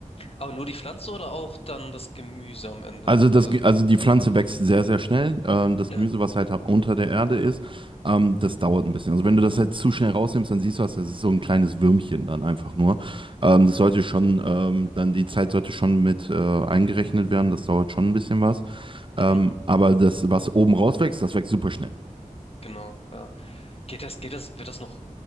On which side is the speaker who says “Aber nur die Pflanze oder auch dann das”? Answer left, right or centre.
Left